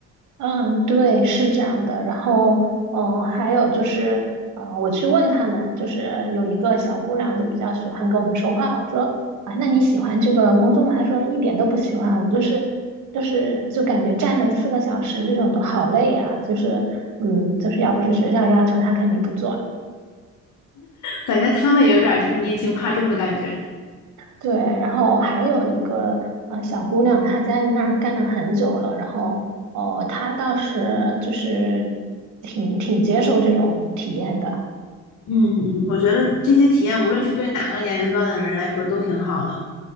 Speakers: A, on the right; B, on the left.
A: 嗯，对，是这样的。然后，嗯、还有就是，呃，我去问他们，就是有一个小姑娘就比较喜欢跟我们说话。我说啊，那你喜欢这个工作吗？她说一点都不喜欢。我就是，就是就感觉站了四个小时这种都好累呀、就是，嗯，就是要不是学校要求，她肯定不做。
B: 感觉他们也有点儿就是拈轻怕重的感觉。
A: 对，然后还有一个呃小姑娘，她在那儿干了很久了，然后哦，她倒是就是挺挺接受这种体验的。
B: 嗯嗯嗯，我觉得这些体验无论是对哪个年龄段的人来说都挺好的。